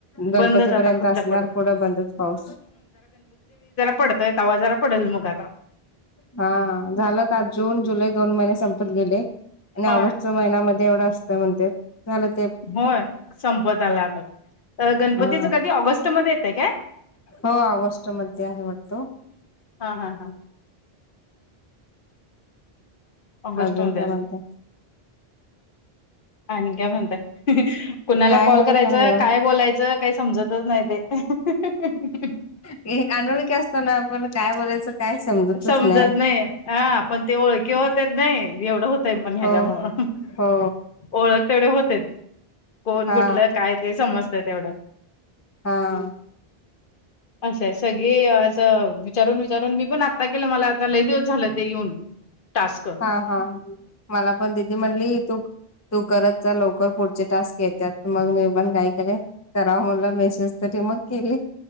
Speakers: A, on the left (about 25°); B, on the left (about 60°).
A: गणपतीपर्यंत
B: बंदच आता कुठलं
A: असणार
B: पडत
A: पुढं बंदच पाऊस
B: पडतोये तवा जरा पडेल मग आता
A: हा झालं आत्ता जून जुलै दोन महिने संपत गेले आणि
B: होय
A: ऑगस्ट महिन्या एवढ असत म्हणतेत झालंच
B: होय संपत आला आता तर गणपतीच
A: हा
B: कधी ऑगस्ट मध्ये येतय काय
A: हो ऑगस्ट मध्ये आहे वाटतं
B: हा हा हा ऑगस्ट
A: अजून
B: मध्ये
A: काय
B: असते
A: म्हणता
B: आणि काय म्हणताय कुणाला
A: काय
B: कॉल
A: नाही
B: करायचा,
A: बघा निवांत
B: काय बोलायचं काही समजतच नाही बाई
A: एक अनोळखी असताना आपण काय बोलायचं काय समजतच
B: समजत
A: नाय
B: नाही हा, पण ते ओळखी होतेत नाही एवढं होतय पण ह्याच्यामुळं
A: हो हो
B: ओळख तेवढे होतेच, कोण
A: हा
B: कुठलं काय ते समजतय तेवढं
A: हा.
B: असं आहे सगळे असं विचारून विचारून मी पण आत्ता केलं मला आता लय दिवस झालं ते येऊन टास्क
A: हा हा, मला पण दिदी म्हणली तू तू करत जा लवकर पुढचे टास्क येत्यात मग मी पण काय केलं करा म्हणलं मेसेज तरी मग केली